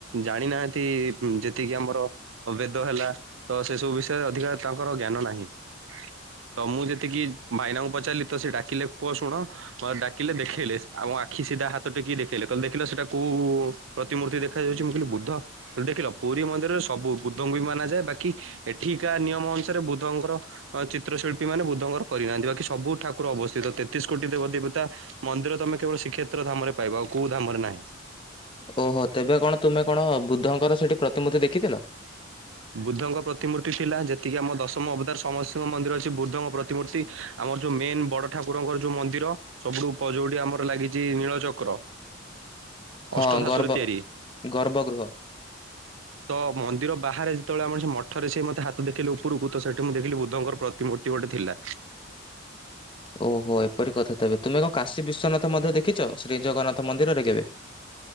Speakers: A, on the right (about 70°); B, on the left (about 25°).
A: ଜାଣିନାହାନ୍ତି। ଯେତିକି ଆମର ଭେଦ ହେଲା ତ ସେ ସବୁ ବିଷୟରେ ଅଧିକା ତାଙ୍କର ଜ୍ଞାନ ନାହିଁ।
B: <inaudible>
A: ତ ମୁଁ ଯେତିକି ଭାଇନାଙ୍କୁ ପଚାରିଲି ତ ସେ ଡାକିଲେ ପୁଅ ଶୁଣ ଡାକିଲେ ଦେଖେଇଲେ। ଆଉ ଆଖି ସିଧା ହାତ ଟେକି ଦେଖେଇଲେ କହିଲେ ଦେଖିଲ ସେଟା କୋଉ ପ୍ରତିମୂର୍ତ୍ତି ଦେଖା ଯାଉଛି ମୁଁ କହିଲି ବୁଦ୍ଧ ଦେଖିଲ ପୁରୀ ମନ୍ଦିରରେ ସବୁ ବୁଦ୍ଧଙ୍କୁ ବି ମାନଯାଏ ବାକି ଏଠିକା ନିୟମ ଅନୁସାରେ ବୁଦ୍ଧଙ୍କର ଚିତ୍ରଶିଳ୍ପୀ ମାନ ବୁଦ୍ଧଙ୍କର କରିନାହାନ୍ତି ବାକି ସବୁ ଠାର ଅବସ୍ଥିତ ତେତିଶ କୋଟି ଦେବ ଦେବତା ମନ୍ଦିର ତମେ କେବଳ ଶ୍ରୀକ୍ଷେତ୍ର ଧାମରେ ପାଇବା ଆଉ କୋଉ ଧାମରେ ନାହିଁ।
B: ଓହୋ ତେବେ କଣ ତୁମେ କଣ ବୁଦ୍ଧଙ୍କର ସେଇଠି ପ୍ରତିମୂର୍ତ୍ତି ଦେଖିଥିଲ?
A: ବୁଦ୍ଧଙ୍କ ପ୍ରତିମୂର୍ତ୍ତି ଥିଲା ଯେତିକି ଆମ ଦଶମ ଅବତାର ସମସ୍ତତିଙ୍କ ମନ୍ଦିର ଅଛି ବୁଦ୍ଧଙ୍କ ପ୍ରତିମୂର୍ତ୍ତି ଆମର ଯେଉଁ ମେନ୍ ବଡ ଠାକୁରଙ୍କର ଯୋଉ ମନ୍ଦିର ସବୁଠୁ ଉପର ଯୋଉଠି ଆମର ଲାଗିଛି ନୀଳଚକ୍ର
B: ହଁ
A: ଅଷ୍ଟ ଧାତୁରେ
B: ଗର୍ଭ
A: ତିଆରି
B: ଗର୍ଭଗୃହ
A: ତ ମନ୍ଦିର ବାହାରେ ଯେତେବେଳେ ଆମର ସେ ମଠରେ ସେ ମତେ ହାତ ଦେଖିଲେ ଉପରକୁ ତ ସେଠି ମୁଁ ଦେଖିଲି ବୁଦ୍ଧଙ୍କର ପ୍ରତିମୂର୍ତ୍ତି ଗୋଟେ ଥିଲା।
B: ଓହୋ ଏପରି କଥା ତବେ ତୁମେ କଣ କାଶୀ ବିଶ୍ୱନାଥ ମଧ୍ୟ ଦେଖିଛ? ଶ୍ରୀଜଗନ୍ନାଥ ମନ୍ଦିରରେ କେବେ?